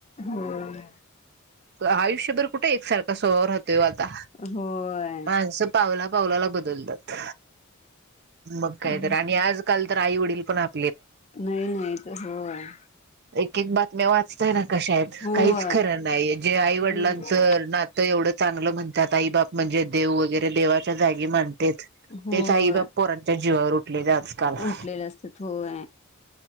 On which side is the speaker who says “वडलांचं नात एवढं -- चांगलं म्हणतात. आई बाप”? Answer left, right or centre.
Right